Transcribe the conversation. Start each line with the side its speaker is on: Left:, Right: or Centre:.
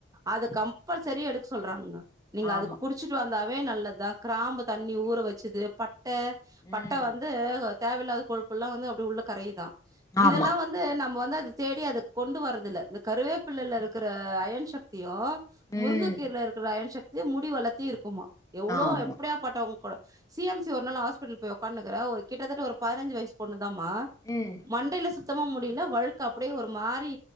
Right: அத கம்பல்சரி எடுக்க சொல்றாங்க நீங்க
Left: ஆமா
Right: அது குடிச் குடிச்சிட்டு வந்தாவே நல்லதுதா கிராம்பு தண்ணி ஊற வெச்சது பட்ட பட்ட
Left: ம்
Right: வந்து தேவயில்லாத கொழுப்பு எல்லா வந்து அப்டியே உள்ள கரையுதா
Left: ஆமா
Right: இதெல்லா வந்து வந்து நம்ம வந்து அத தேடி அத கொண்டு வர்றது இல்ல இந்த கருவேப்பிள்ளையில இருக்ற அயன் சக்தியு முருங்கக்கீரையில
Left: ம்
Right: இருக்கிற அயன் சக்தி முடி வளர்த்தி இருக்குமா எவ்ளோ
Left: ஆமா
Right: எப்டியா பட்டவங்க சி எம் சி ஒரு நாள் ஹா்பிட்டல் போய் ஒட்காந்துனுகிறே ஒரு கிட்டத்தட்ட ஒரு பதினஞ்சி வயசு பொண்ணு தாம்மா
Left: ம்
Right: மண்டையில சுத்தமா முடியில்ல வழுக்க அப்டியே ஒரு மாரி